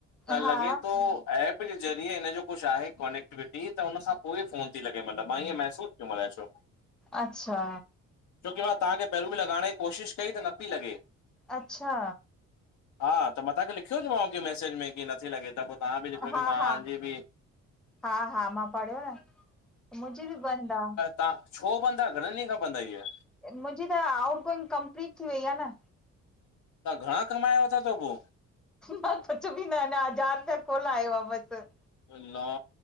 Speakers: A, on the left (about 70°); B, in the centre.
A: त
B: हा
A: लॻे तो एप जे ज़रिये हिन जो कुझ आहे कॉने क्टिविटी त हुन सां पो ई फोन ती लॻे मन मां ईअं महसूस थियो अलाए छो छो
B: अच्छा
A: कि मां तहांखे पहरु बि लॻाइण ई कोशिशि कई त न पी लगे
B: अच्छा।
A: हा त मां तहांखे लिखियो जो मांव कि मसेज में की नथी लॻे त पो तहां बि लिखियो
B: हा
A: की मां
B: हा
A: जी बि
B: हा हा मां पढ़यो न, मुंजी बि बंद आ
A: ता छो बंद आ घणन ॾींहं खां बंद आ इअ?
B: मुंजी त आउट गोइंग कंप्लीट थी वई आ न।
A: तहां घणा कमाया वता तव पो?
B: मां कुझ बि न अञा हज़ार रुपया कुल आया बस।
A: अल्ला!